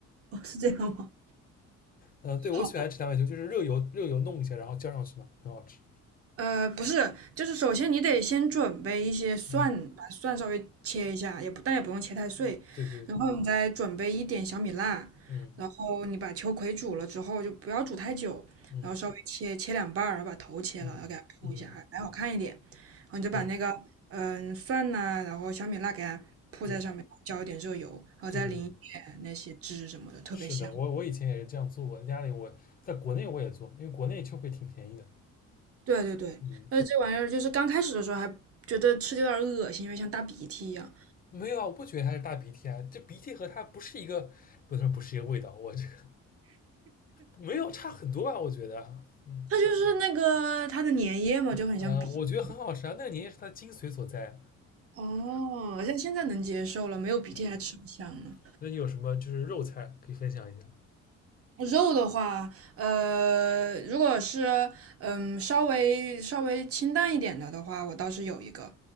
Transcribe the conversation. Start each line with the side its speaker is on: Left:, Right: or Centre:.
Right: 哦，是这样吗？
Left: 嗯，对我喜欢吃凉白球，
Right: 好。
Left: 就是热油热油弄一下，然后浇上去嘛，很好吃。
Right: 呃，不是，就是首先你得先准备一些蒜，
Left: 嗯，
Right: 把蒜稍微切一下，也不，但也不用切太碎，
Left: 对对，
Right: 然后你再准备一点小米辣，
Left: 嗯
Right: 然后你把秋葵煮了之后就不要煮太久，
Left: 嗯
Right: 然后稍微切切两半儿，然后把头切了，
Left: 嗯嗯，
Right: 然后给它铺一下，还还好看一点。然后你就把那个嗯蒜呐、
Left: 对
Right: 然后小米辣给它铺在上面，
Left: 对
Right: 浇一点热油，然后再淋一点那些汁什么的，
Left: 对对对，
Right: 特别香。
Left: 是的，我我以前也是这样做，过，在家里我在国内我也做，因为国内秋葵挺便宜的。
Right: 对对对，
Left: 嗯，
Right: 呃，这玩意儿就是刚开始的时候还觉得吃的有点儿恶心，因为像大鼻涕一样。
Left: 没有啊，我不觉得它是大鼻涕啊，这鼻涕和它不是一个，不能说不是一个味道，我这个没有差很多吧，我觉得。嗯
Right: 它就是那个它的粘液嘛，就很像鼻涕。
Left: 呃，我觉得很好吃啊，那个年夜是它的精髓所在啊。
Right: 哦，像现在能接受了，没有鼻涕还吃不香呢。
Left: 嗯。那你有什么就是肉菜可以分享一下？
Right: 肉的话，呃，如果是嗯稍微稍微清淡一点的的话，我倒是有一个，